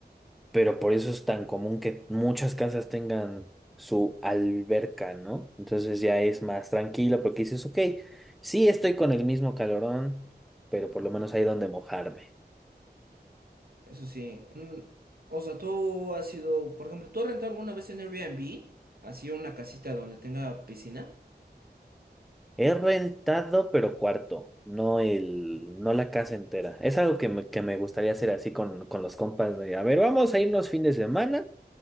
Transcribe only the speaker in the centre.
pero por eso es tan común que muchas casas tengan su alberca, ¿no? Entonces ya es más tranquila porque dices, ok, sí estoy con el mismo calorón, pero por lo menos hay donde mojarme.
He rentado, pero cuarto, no el, no la casa entera. Es algo que me, que me gustaría hacer así con, con los compas de, a ver, vamos a irnos fin de semana,